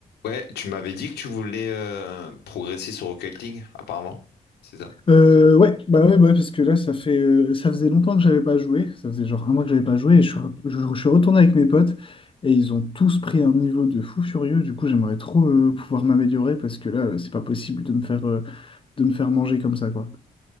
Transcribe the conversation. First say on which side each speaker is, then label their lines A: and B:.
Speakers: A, on the left; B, on the left.
A: Ouais, tu m'avais dit que tu voulais euh, progresser sur Rocket League, apparemment. C'est ça.
B: Euh, ouais, bah ouais, bah ouais, parce que là, ça fait, euh, ça faisait longtemps que j'avais pas joué. Ça faisait genre un mois que j'avais pas joué. Et je suis, re- je, je suis retourné avec mes potes et ils ont tous pris un niveau de fou furieux. Du coup, j'aimerais trop euh, pouvoir m'améliorer parce que là, euh, c'est pas possible de me faire, euh, de me faire manger comme ça, quoi.